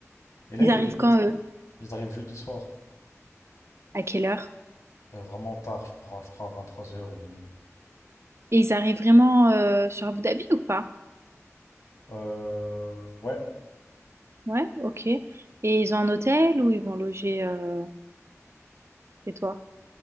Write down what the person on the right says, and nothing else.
Ils
arrivent
quand, eux?
À quelle heure?
Et ils arrivent vraiment euh, sur Abu Dhabi ou pas?
Ouais, ok. Et ils ont un hôtel ou ils vont loger euh, chez toi?